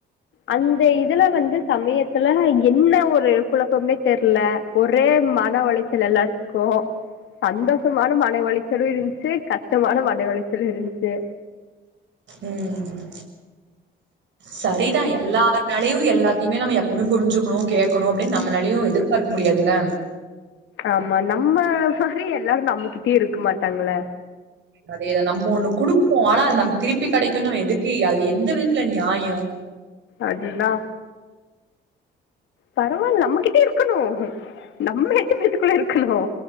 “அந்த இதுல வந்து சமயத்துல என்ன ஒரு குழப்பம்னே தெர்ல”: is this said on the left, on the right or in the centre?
Left